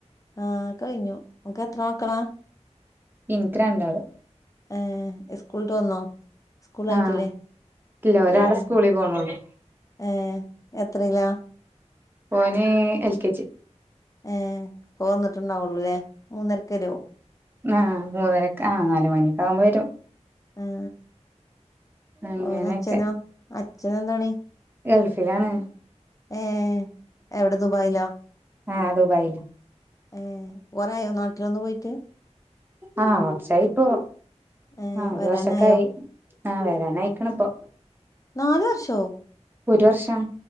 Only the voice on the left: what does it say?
ആഹ് കഴിഞ്ഞു ഇങ്ങക്ക് എത്ര മക്കളാ
ഏർ സ്കൂളട്ട് വന്നോ സ്കൂൾ ആായിട്ടില്ലേ
ആഹ
ഏർ എത്രല്ലാ
ഏ പോന്നിട്ടുണ്ടാവുള്ളൂല്ലേ മൂന്നരക്കരുവോ
ആ
ഓര അച്ഛനോ അച്ഛന എന്തോണ
ഏ എവിടെ ദുബായിലാ
ഏർ പോറായോ നാട്ടിലൊന്ന്ു പോയിട്ട്
ഏഹ്
വരാനായോ
നാാല വർഷോ